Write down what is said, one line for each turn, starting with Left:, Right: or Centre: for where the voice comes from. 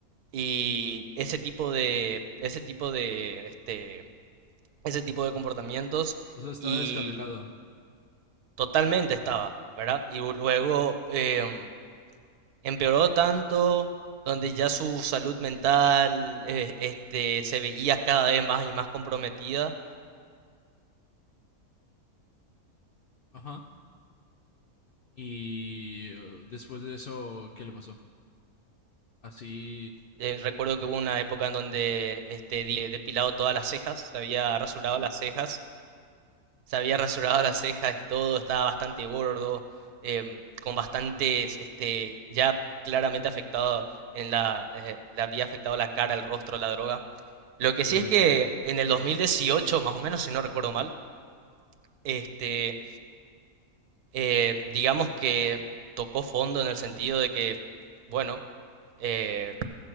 Right: y ese tipo de ese tipo de este ese tipo de comportamientos
Left: o sea, estaba
Right: y
Left: descarrilado.
Right: totalmente estaba, ¿verdad? Y luego em, empeoró tanto, donde ya su salud mental eh, este, se veía cada vez más y más comprometida.
Left: Ajá. Y eh, después de eso, ¿qué le pasó? Así
Right: Eh, recuerdo que hubo una época en donde este, di- eh, depilado todas las cejas, se había rasurado las cejas, se había rasurado las cejas y todo, estaba bastante gordo, em, con bastantes, este, ya claramente afectado en la, eh, le había afectado la cara, el rostro, la droga. Lo
Left: no
Right: que
Left: puede
Right: sí es que
Left: ser.
Right: en el 2018, más o menos, si no recuerdo mal, este, eh, digamos que tocó fondo en el sentido de que, bueno, eh,